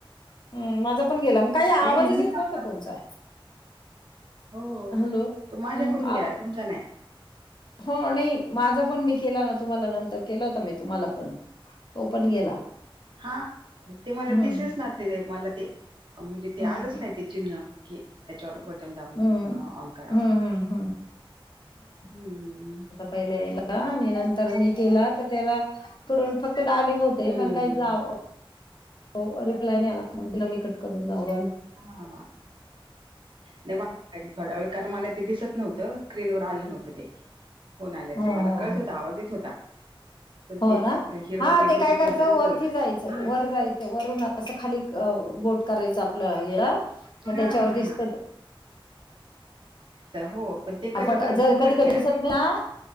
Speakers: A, on the left; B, on the right.
A: हूं माझा पण गेला म काही आवाजच
B: नाही नाही मी
A: येत
B: टाकला
A: नव्हता तुमचा!
B: हो
A: हॅलो हम्म
B: तो माझ्याकडून गेला
A: आवा
B: तुमच्यां नाही.
A: हो नही माझा पण मी केला ना तुम्हाला नंतर केला होता मी तुम्हाला पण तो पण गेला.
B: हां ते माला
A: हम्म
B: दिसेच ना ते, ते माला ते! म्हणजे ते
A: हम्म
B: आलंच नाही ते चिन्ह की. त्याच्यावर बटन दाबून
A: हम्म
B: अ ऑन कराव
A: हम्म हम्म हम्म
B: हूं!
A: पहिले येला आणि नंतर मी केला त त्याला इकडून फक्त डायलिंग होते
B: हम्म
A: पण काही च आव हो रिप्लाय नही आला, मंग दिला मी कट करून जाऊ दया होईल.
B: हां! नही वाट पाहिली थोड्या वेळ कारण मला ते दिसत नव्हतं स्क्रीनवर आलं नव्हतं ते! फोन आल्याच
A: हो हो
B: मला कळत
A: हो
B: होत, आवाज येत होता. पण
A: हो
B: ते
A: ना,
B: हिरवं
A: हा ते
B: दिसत
A: काय करायचं
B: नव्हतं ना
A: वरती
B: गोल हम्म
A: जायचं वर जाय वरून असं खाली क बोट करायच आपला वेळा मग त्याच्यावर
B: हा हा
A: दिसतं
B: हा
A: ते!
B: तर हो पण ते
A: आपण
B: करेपर्यंत
A: जर
B: तुम्ही
A: कधी
B: कट
A: कधी
B: केला
A: दिसत
B: ते
A: ना!